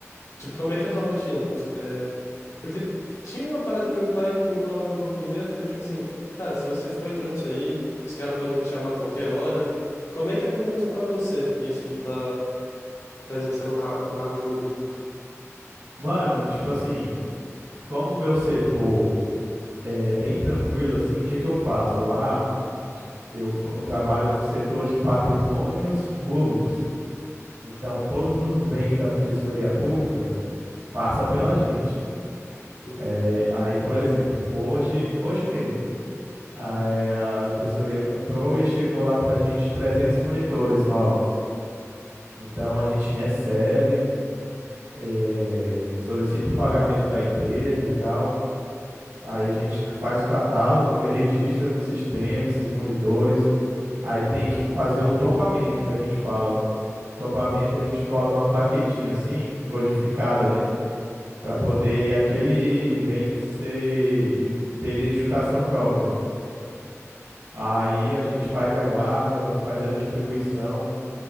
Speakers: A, on the left (about 65°); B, on the right (about 70°).
A: Tipo, como é que é a tua rotina? Os- é, porque tinha uma parada que meu pai me colocava um pouco de medo, que era tipo assim, cara, se você for entrar nisso aí, os caras podem te chamar a qualquer hora. Como é que é, pelo menos pra você, isso de tá, tá exercendo um, car um cargo público?
B: Mano, tipo assim, como o meu setor é bem tranquilo, assim, o que que eu faço? Eu lá, eu, fa- eu trabalho no setor de patrimônios públicos. Então, todos os bens da Defensoria Pública passa pela gente.
A: Uhum,
B: É, aí, por exemplo, hoje, hoje mesmo. A, é, a, a defensoria comprou e chegou lá para a gente 300 monitores novos. Então a gente recebe, é, solicita o pagamento da empresa e tal. Aí a gente faz o catálogo, né, registra no sistema esses monitores. Aí tem que fazer o tombamento, que a gente fala. O tombamento a gente cola uma plaquetinha assim, codificada, né? Para
A: uhum,
B: poder aquele bem ser, ter identificação própria. Aí a gente faz a guarda, faz a distribuição.